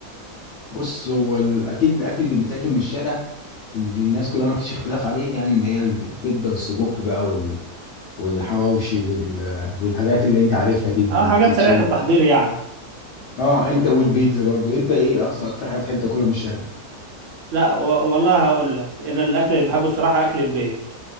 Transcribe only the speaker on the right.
اه حاجات
سريعة التحضير يعني
لا و... والله هقول لك انا الاكل اللي بحبه الصراحة اكل البيت